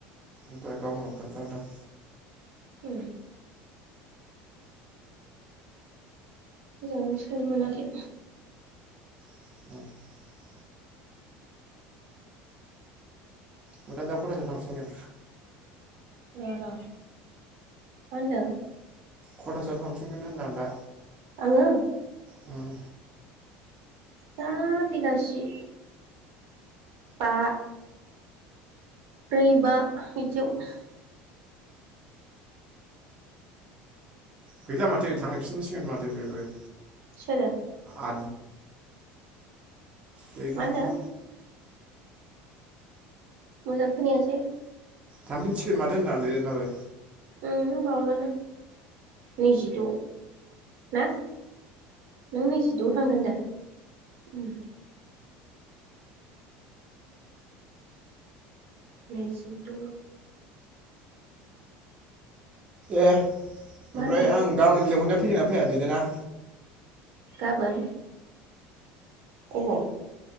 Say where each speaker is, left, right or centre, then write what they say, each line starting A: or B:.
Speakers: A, on the right; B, on the right.
A: दहाय गावनो खोन्थाहदों
B: औ मोजां सोंनो मोनाखै
A: <inaudible> ओयफ्राय दा कलेजाव थांसैनो
B: र र मा होनदों?
A: खथासोआव थांफिनगोन होनदां दा
B: आंङो
A: उम
B: दा बिलासि बा ब्रै बा बिदियाव
A: गैला माथो थांफिनसिगोन माथो बेबो।
B: सोरो
A: आद दै नमबार
B: मा होनदों
A: न
B: मोजां खोनायासै
A: थांफिनसिगोन माथो होनदां देनाबो।
B: ओम बावलाना नैजिद' ना नों नैजिद' आव थांगोन दा ओम नैजिद'
A: ए
B: मा
A: ओमफ्राय
B: होनदों
A: आं गाबोन लिंहरनाया फैगोनना फैया दैदेना?
B: गाबोन अब'